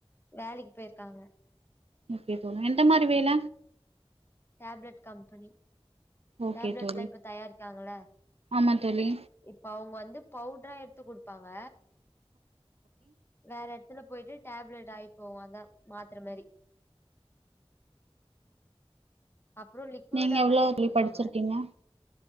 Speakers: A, on the left; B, on the right.
A: வேலைக்கு போயிருக்காங்க
B: ஓக்கே தோழி எந்த மாரி வேல
A: டேப்லெட் கம்பெனி
B: ஓகே
A: டேப்லெட்
B: தோழி
A: எல்லா இப்ப தயாரிக்காங்கள
B: ஆமா தோழி
A: இப்ப அவுங்க வந்து பவுட்ரா எடுத்து குடுப்பாங்க வேற எடத்துல போயிட்டு டேப்லெட் ஆயி போவாங்க மாத்திர மாரி அப்புறோ லிக்விடாவு
B: நீங்க எவ்ளோ
A: எத்து
B: தோழி
A: குடுப்பாங்க
B: படிச்சிருக்கீங்க